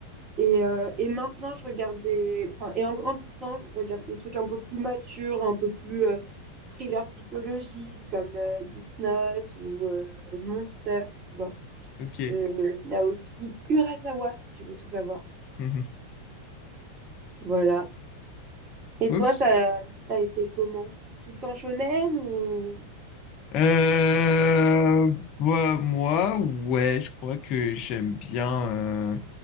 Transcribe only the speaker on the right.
Et, euh, et maintenant, je regarde des... Enfin, et en grandissant, je regarde des trucs un peu plus matures, un peu plus euh, thriller psychologique, comme euh, Death Note ou euh, Monster, tu vois
de
Naoki Urasawa, si tu veux tout savoir.
Voilà. Et
toi, ça t'as été comment? Tout en shonen ou